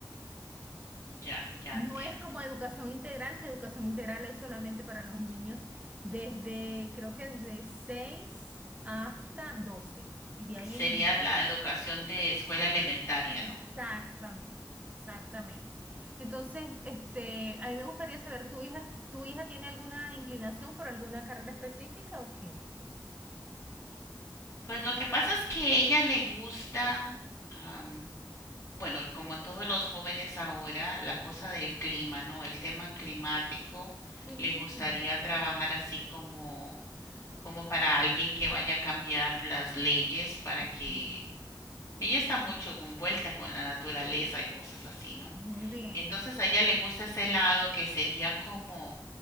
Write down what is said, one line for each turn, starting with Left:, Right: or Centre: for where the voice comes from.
Left: Ya, ya
Right: No
Left: entiendo.
Right: es como educación integral, que educación integral es solamente para los niños desde, creo que desde 6 hasta doce Y de ahí
Left: Sería
Right: ellos
Left: la educación de escuela elementaria,
Right: Exactamente,
Left: ¿no?
Right: exactamente.
Left: Mm.
Right: Entonces, este, a mí me gustaría saber, ¿tu hija, tu hija tiene alguna inclinación por alguna carrera específica o qué?
Left: Pues lo que pasa es que a ella le gusta, am, bueno, como todos los jóvenes ahora, la cosa del clima, ¿no? El tema climático,
Right: Qué lindo.
Left: le gustaría trabajar así como como para alguien que vaya a cambiar las leyes para
Right: Ok,
Left: que ella está mucho envuelta con la naturaleza y cosas así, ¿no?
Right: Muy bien.
Left: Entonces a ella le gusta ese lado que sería como